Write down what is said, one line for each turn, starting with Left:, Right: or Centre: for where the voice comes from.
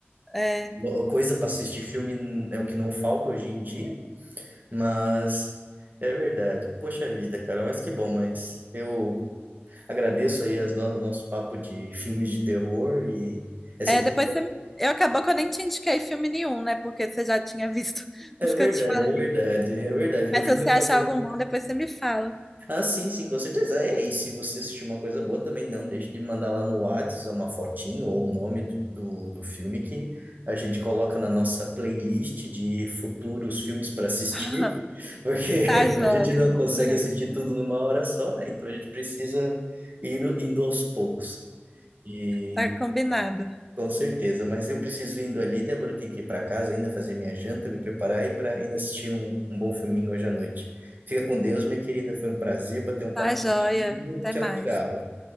Centre: É,
Right: Lo- Coisa para assistir filme é o que não falta hoje em dia, mas é verdade. Poxa vida, cara, mas que bom, mas eu agradeço aí as no- nosso papo de filmes de terror e é
Centre: é
Right: sempre
Centre: depois
Right: bom.
Centre: você. Eu acabou que eu nem te indiquei filme nenhum, né? Porque você já tinha visto <laughs>
Right: É
Centre: os
Right: verdade,
Centre: que eu te falei.
Right: é verdade, é verdade. No
Centre: Mas
Right: fim
Centre: se você
Right: acabou.
Centre: achar algum bom, depois você me fala.
Right: Ah, sim, sim, com certeza. É, e se você assistir uma coisa boa, também não deixe de mandar lá no WhatsApp uma fotinho ou o nome do, do, do filme que a gente coloca na nossa playlist de futuros filmes para assistir.
Centre: <laughs>
Right: Porque
Centre: Tá joia.
Right: <laughs> a gente não consegue
Centre: <laughs>
Right: assistir tudo numa hora só, né? Então a gente precisa ir indo indo aos poucos. E
Centre: Tá combinado.
Right: com certeza, mas eu preciso indo ali, Débora, eu tenho que ir para casa ainda fazer minha janta, me preparar e para ainda assistir um, um bom filminho hoje à noite. Fica com Deus, minha querida, foi um prazer bater um
Centre: Tá
Right: papo
Centre: joia.
Right: contigo.
Centre: Até
Right: Tchau,
Centre: mais.
Right: tchau.